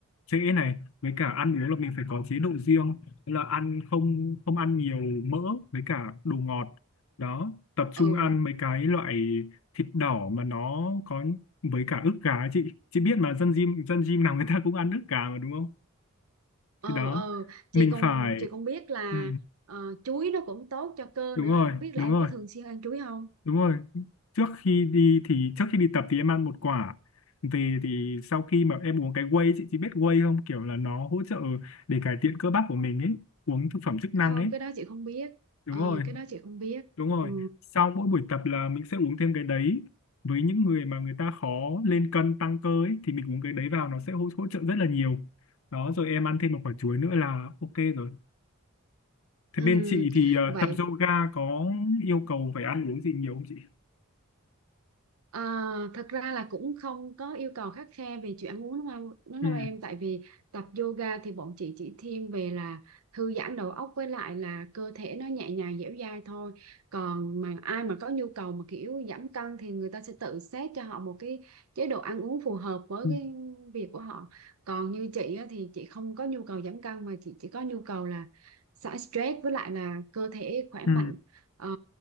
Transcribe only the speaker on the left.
trễ này. Với cả ăn uống là mình phải có chế độ riêng Thế là ăn không không ăn nhiều mỡ với cả đồ ngọt đó tập trung
ăn mấy cái loại thịt đỏ mà nó có với cả ức gà ấy chị chị biết mà dân gym dân gym nào người ta cũng ăn ức gà mà đúng không
thì đó
mình
phải
ừ,
đúng
rồi
đúng
rồi
đúng rồi trước khi đi thì trước khi đi tập thì em ăn một quả về thì sau khi mà em uống cái whey ấy, chị chị biết whey không kiểu là nó hỗ trợ để cải thiện cơ bắp của mình ấy uống thực phẩm chức năng
ấy
đúng
rồi
Đúng rồi,
sau mỗi buổi tập là mình sẽ uống thêm cái đấy. Với những người mà người ta khó lên cân tăng cơ ấy, thì mình uống cái đấy vào nó sẽ hỗ, hỗ trợ rất là nhiều. Đó, rồi em ăn thêm một quả chuối nữa là ok rồi. Thế
bên chị thì ờ,
tập yoga có yêu cầu phải ăn uống gì nhiều không chị?
Ừ.
Ừ.
Ừ.